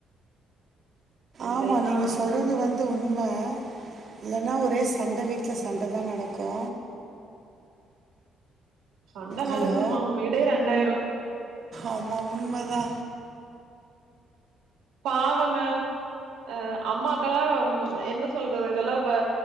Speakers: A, on the right; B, on the right.
A: இல்லைன்னா
B: ஆமா நீங்க சொல்றது வந் து உண்ம இல்லன்னா ஒரே சண்ட வீட்ல சண்டதா நடக்கு
A: சண்ட
B: ஹலோ
A: நடக்குமா வீடே ரெண்டாயிரு
B: ஆமா உண்மதா
A: பாவங்க ஆ அம்மாக்கெல்லா ம் என்ன சொல்றது இதெல்லா பா